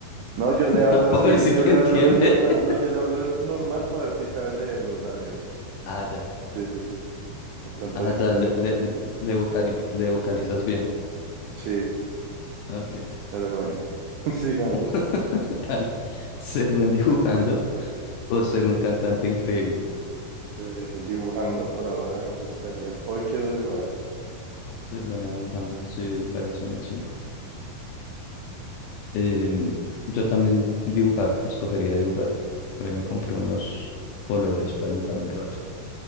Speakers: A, on the right; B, on the left.
A: No, yo
B: <laughs>
A: le hablo así,
B: Para ver si
A: yo
B: te
A: le
B: entiende.
A: hablo re normal.
B: <laughs>
A: No, yo le hablo normal para ver si sabe leer los labios.
B: Ah, ya.
A: Sí, sí, sí. De pronto
B: Ah,
A: ahí entiende
B: ya. Le,
A: un poquitico.
B: le, le, vocali- le vocalizas bien.
A: Sí,
B: Ok.
A: pero bueno, <laughs> sigamos.
B: <laughs> Dale. Ser buen dibujando o ser un cantante increíble.
A: Eh, dibujando por ahora me gustaría. Hoy quiero dibujar.
B: Ser bueno dibujando. Sí, dibujar es una chimba. Em, yo también dibujar. Escogería dibujar. Por ahí me compré unos colores para dibujar un rato.